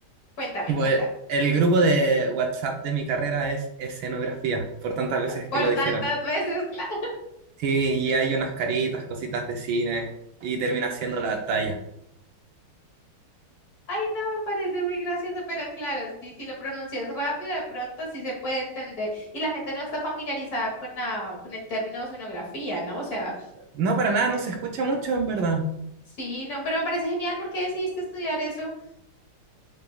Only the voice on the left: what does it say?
Cuéntame,
cuéntame.
Por
tantas veces, <laughs> claro.
Ay, no, me parece muy gracioso, pero claro, sí, si lo pronuncias rápido, de pronto sí se puede entender. Y la gente no está familiarizada con la, con el término de sonografía, ¿no? O sea,
sí, no, pero me parece genial porque decidiste estudiar eso.